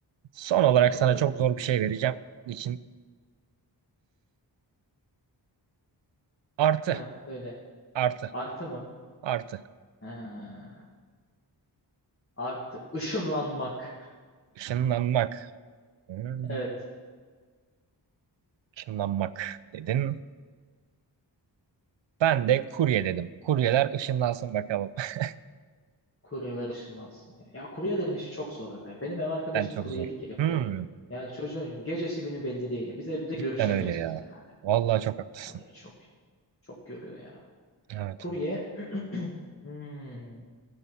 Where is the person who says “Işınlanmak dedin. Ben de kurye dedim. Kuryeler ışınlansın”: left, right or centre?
Right